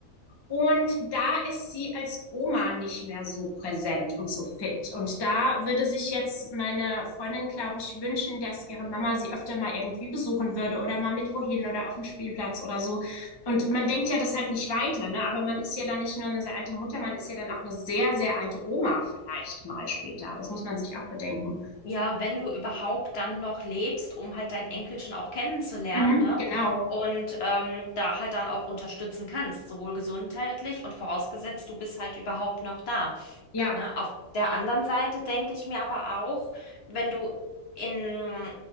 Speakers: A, on the left; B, on the left.
A: und da ist sie als Oma nicht mehr so präsent und so fit. Und da würde sich jetzt meine Freundin, glaube ich, wünschen, dass ihre Mama sie öfter mal irgendwie besuchen würde oder mal mit wohin oder auf den Spielplatz oder so. Und man denkt ja das halt nicht weiter, ne? Aber man ist ja dann nicht nur eine sehr alte Mutter, man ist ja dann auch eine sehr, sehr alte Oma vielleicht mal später. Das muss man sich auch bedenken.
B: ja, wenn du überhaupt dann noch lebst, um halt dein Enkelchen auch kennenzulernen,
A: Mhm,
B: ne?
A: genau.
B: Und ähm, da halt dann auch unterstützen kannst, sowohl gesundheitlich und vorausgesetzt, du bist halt überhaupt noch da.
A: Ja.
B: Ne? Auf der anderen Seite denke ich mir aber auch, wenn du in,